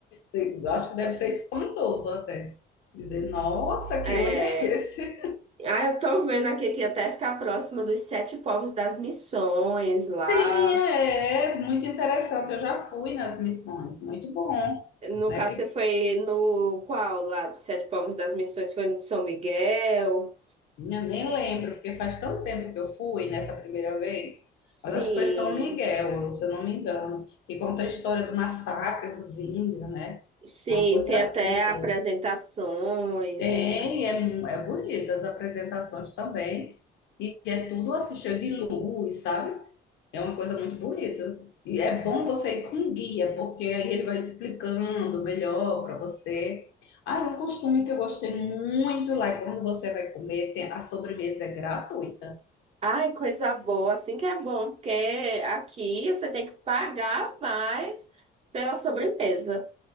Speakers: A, on the left; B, on the right.
A: Eu acho que deve ser espantoso até. Dizer, nossa, que
B: É...
A: olho é esse?
B: Ah, eu tô vendo aqui que até ficar próximo dos sete povos das missões lá.
A: Sim, é, é muito interessante. Eu já fui nas missões, muito bom,
B: No
A: né?
B: caso,
A: Que
B: você foi no qual lá dos sete povos das missões? Foi no de São Miguel?
A: eu nem lembro, porque faz tanto tempo que eu fui nessa primeira vez,
B: Sim,
A: mas acho que foi São Miguel, se eu não me engano, que conta a história do massacre dos índios, né?
B: sim,
A: Uma coisa
B: tem
A: assim,
B: até
A: foi.
B: apresentações.
A: Tem, é, mu- é bonita as apresentações também, e é tudo assim, cheio de luz, sabe? É uma coisa muito bonita. E é bom você ir com guia, porque aí ele vai explicando melhor para você. Ah, é um costume que eu gostei muito lá é quando você vai comer, tem- a sobremesa é gratuita.
B: Ai, coisa boa, assim que é bom, porque aqui você tem que pagar mais pela sobremesa.